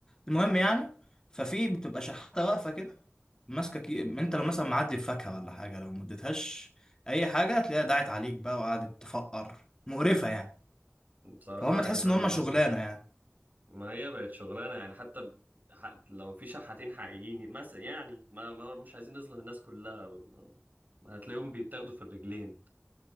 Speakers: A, on the left; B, on the right.
A: المهم يعني ففي بتبقى شحاتة واقفة كده ماسكة كي... انت لو مثلا معدي بفاكهة ولا حاجة لو ما اديتهاش اي حاجة هتلاقيها دعت عليك بقى وقعدت تفقر مقرفة يعني
B: بصراحه
A: فهم
B: عارف
A: تحس ان
B: انا
A: هم
B: الناس
A: شغلانة
B: دي
A: يعني
B: ما هي بقت شغلانه يعني حتى ح- لو في شحاتين حقيقيين مثلا يعني ما, ما مش عايزين نظلم الناس كلها ما ما هتلاقيهم بيتاخدوا في الرجلين